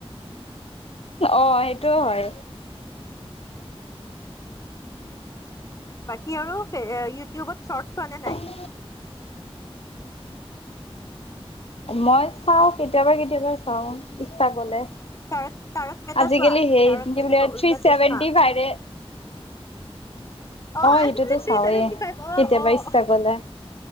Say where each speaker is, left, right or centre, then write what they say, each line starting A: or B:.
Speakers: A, on the left; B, on the left.
A: অ' সেইটোও হয়।
B: বাকী আৰু ইউটিউবত শ্বৰ্ট চোৱা নাই।
A: <unintelligible> মই চাওঁ, কেতিয়াবা-কেতিয়াবা চাওঁ ইচ্ছা গ'লে।
B: তাৰক তাৰক মেহতা
A: আজিকালি
B: চোৱা
A: সেই
B: তাৰক
A: বো
B: মেহতা কা উল্টা
A: থ্ৰী ছেভেনটি
B: চশমা
A: ফাইভ
B: অ'
A: সেইটোতো
B: আজিকালি থ্ৰী
A: চাওঁৱেই।
B: চেভেনটি ফাইভ, অ'
A: কেতিয়াবা
B: অ'
A: ইচ্ছা গ'লে।